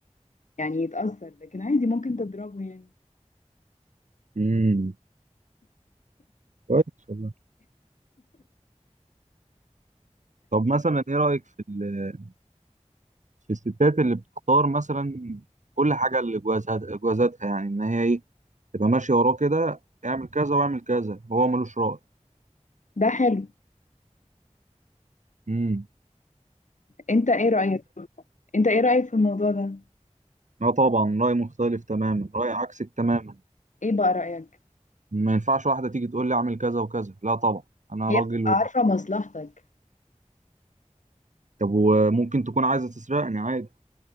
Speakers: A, on the left (about 75°); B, on the right (about 75°).
A: يعني يتأثر لكن عادي ممكن تضربه يعني
B: امم كويس والله طب مثلا ايه رأيك في ال... في الستات اللي بتختار مثلا كل حاجة لجوازها جوازاتها يعني ان هي ايه تبقى ماشية وراه كده اعمل كذا واعمل كذا وهو ملوش رأي
A: ده حلو
B: امم
A: انت ايه رأيك انت ايه رأيك في الموضوع ده
B: لا طبعا رأي مختلف تماما رأي عكسك تماما
A: ايه بقى رأيك
B: ما ينفعش واحدة تيجي تقول لي اعمل كذا وكذا لا طبعا أنا
A: هي
B: راجل
A: بتبقى
B: و...
A: عارفة مصلحتك
B: طب وممكن تكون عايزة تسرقني عادي